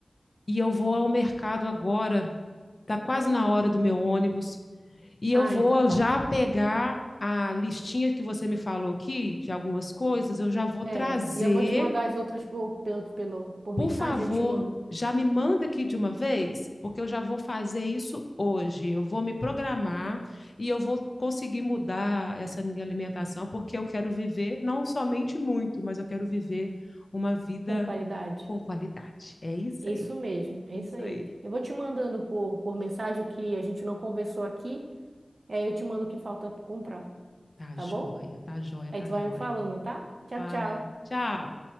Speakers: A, on the left (about 50°); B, on the right (about 70°).
A: e eu vou ao mercado agora. Está quase na hora do meu ônibus. E eu
B: Ah,
A: vou
B: então tá.
A: já pegar a listinha que você me falou aqui de algumas coisas, eu já vou
B: É,
A: trazer.
B: e eu vou te mandar as outras por, pelo, pelo, por
A: Por
B: mensagem,
A: favor,
B: eu te mando
A: já me manda aqui de uma vez, porque eu já vou fazer isso hoje. Eu vou me programar e eu vou conseguir mudar essa minha alimentação, porque eu quero viver não somente muito, mas eu quero viver uma vida
B: com qualidade.
A: com qualidade. É isso
B: É
A: aí,
B: isso mesmo, é
A: isso
B: isso aí.
A: aí.
B: Eu vou te mandando por, por mensagem o que a gente não conversou aqui, e aí eu te mando o que falta comprar,
A: Tá
B: tá
A: joia,
B: bom?
A: tá joia,
B: Aí
A: tá
B: tu vai
A: joia.
B: me falando, tá? Tchau,
A: Pai,
B: tchau.
A: tchau.